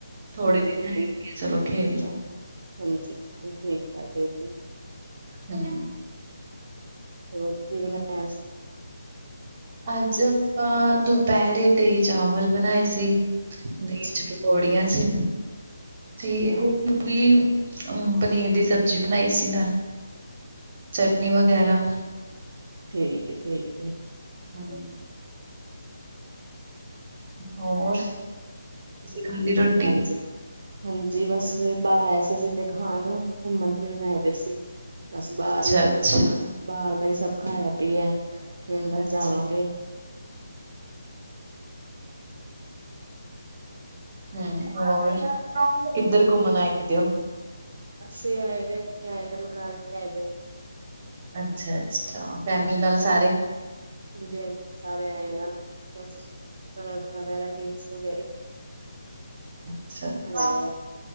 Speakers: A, on the right; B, on the right.
A: ਥੋੜੇ
B: ਹਾਂਜੀ
A: ਦਿਨ
B: ਬਿਲਕੁਲ
A: ਹੈਗੇ ਚਲੋ ਖੇਲ ਲੋ
B: ਹਾਂਜੀ ਬਿਲਕੁਲ ਠੀਕ ਗੱਲ ਹੈ ਜੀ
A: ਹਮ
B: ਹੋਰ ਕੀ ਬਣਾਇਆ ਸੀ
A: ਅੱਜ ਆਪਾਂ ਦੁਪਹਿਰੇ ਤੇ ਚਾਵਲ ਬਣਾਏ ਸੀ
B: ਅੱਛਾ
A: ਤੇ ਬੋੜੀਆਂ ਸੀ ਤੇ
B: ਅੱਛਾ
A: ਹੋਰ ਵੀ ਅਮ ਪਨੀਰ ਦੀ ਸਬਜ਼ੀ ਬਣਾਈ ਸੀ ਨਾਲ ਚਟਨੀ ਵਗੈਰਾ
B: ਠੀਕ ਏ ਠੀਕ ਏ।
A: ਹਮ ਹੋਰ। ਤੁਸੀਂ ਖਾਂਦੀ ਰੋਟੀ
B: ਹਾਂਜੀ ਹਾਂਜੀ ਬਸ ਬਾਹਰ ਆਏ ਸੀ ਜ ਤੇ ਖਾਣ ਘੁੰਮਣ ਫਿਰਨ ਆਏ ਦੇ ਸੀ। ਬਸ ਬਾਹਰ
A: ਅੱਛਾ
B: ਹੀ
A: ਅੱਛਾ
B: ਬਾਹਰ ਦਾ ਹੀ ਸਭ ਖਾਇਆ ਪੀਆ ਹੁਣ ਬਸ
A: ਅੱਛਾ
B: ਜਾਵਾਂਗੇ।
A: ਹਮ ਹੋਰ ਕਿੱਧਰ ਘੁੰਮਣ ਆਏ ਦਿ ਹੋ?
B: ਅਸੀਂ ਆਏ ਦੇ ਇੱਥੇ ਆਏ ਦੇ ਮਨਾਲੀ ਆਏ ਹਾਂ।
A: ਅੱਛਾ ਅੱਛਾ ਫੈਮਿਲੀ ਨਾਲ ਸਾਰੇ
B: ਹਾਂਜੀ ਹਾਂਜੀ ਸਾਰੇ ਆਏ ਹ ਬਸ ਵਗੈਰਾ ਹੀ <unintelligible>
A: ਅਛਾ-
B: ਆਏ ਆ